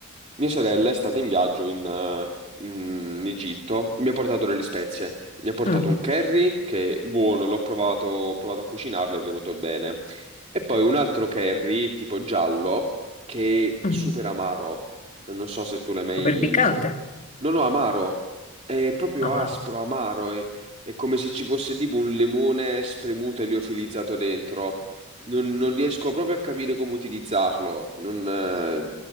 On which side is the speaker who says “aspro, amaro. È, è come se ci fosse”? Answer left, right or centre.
Right